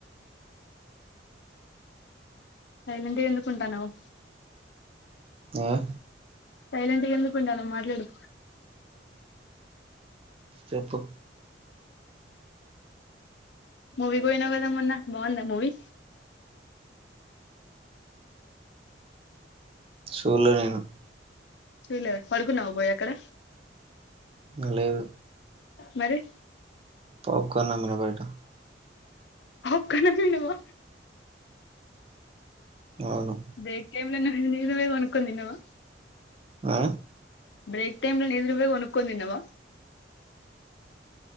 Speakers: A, on the left; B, on the right.
A: సైలెంట్ ఎందుకుంటాన్నావు
B: మ్మ్
A: సైలెంట్గా ఎందుకుంటాన్నావ్ మాట్లాడు
B: చెప్పు
A: మూవీ కోయినవ్ కదా మొన్నా బాగుందా మూవీ
B: చూళ్ళే నేను
A: చూడలేద పడుకున్నావు పోయి అక్కడ
B: ఇంగ లేదు
A: మరి
B: పాప్కాన్లు అమ్మిన బయట
A: పాప్కాన్ లు అమ్మినవా
B: అవును
A: బ్రేక్ టైంలో ఎందుకు తిన నిను నువ్వేం ఒండుకొని తిన్నవా
B: ఆ
A: బ్రేక్ టైమ్ లో నీది నువ్వే కొనుక్కుని తిన్నావా